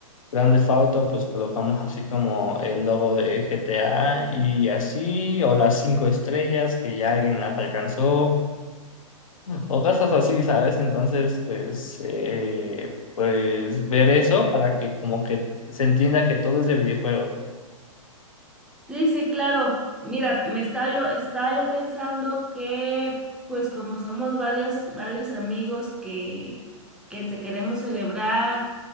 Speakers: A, on the left (about 75°); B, in the centre.
A: Grand Theft Auto, pues colocamos así como el logo de GTA y así, o las cinco estrellas que ya alguien las alcanzó, o cosas así, ¿sabes? Entonces, pues, eh, pues ver eso para que como que se entienda que todo es de videojuegos.
B: Sí, sí, claro. Mira, me estaba yo, estaba yo pensando que, pues como somos varios, varios amigos que, que te queremos celebrar